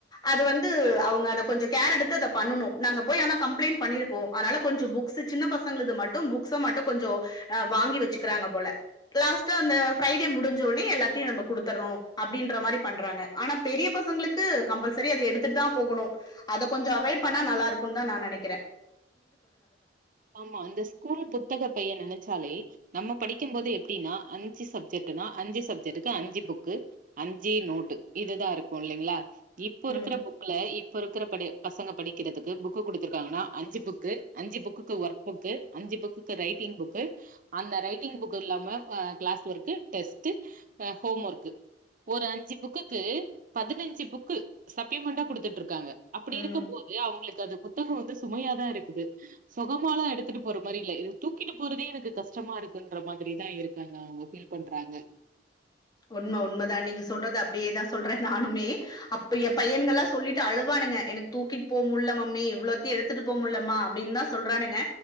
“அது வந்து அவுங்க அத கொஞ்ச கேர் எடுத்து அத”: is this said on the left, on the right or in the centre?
Left